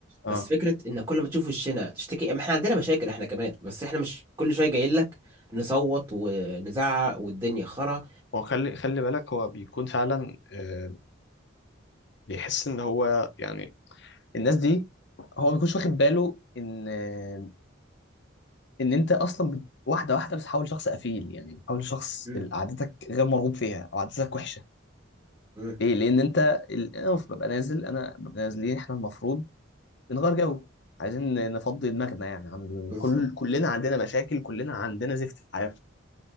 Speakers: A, on the left; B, on the right.
A: اه
B: بس فكره ان كل ما تشوف وشنا تشتكي ما احنا عندنا مشاكل احنا كمان بس احنا مش كل شويه جايين لك نصوت ونزعق والدنيا خرا
A: هو خلي خلي بالك هو بيكون فعلا آه بيحس ان هو يعني الناس دي هو ما بيكونش واخد باله ان آه، ان انت اصلا بت- واحده واحده بتتحول لشخص قفيل يعني بتحول لشخص
B: مم.
A: ال- عادتك غير مرغوب فيها او عادتك وحشه
B: مم.
A: ليه لان انت ال- انا ببقى نازل انا ببقى نازلين احنا المفروض بنغير جو عايزين نفضي دماغنا يعني عن
B: بالظبط
A: كل كلنا
B: مم.
A: عندنا مشاكل كلنا عندنا زفت في حياتنا